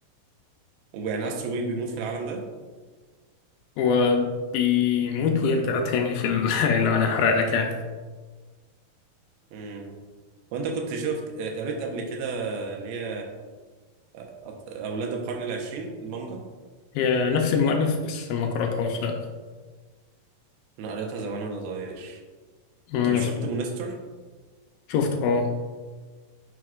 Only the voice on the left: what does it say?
هو بيموت ويرجع تاني في ال... <laughs> لو أنا هحرق لك يعني
هي نفس المؤلف بس ما قرأتهاش لأ
مم،
بس
شفته أه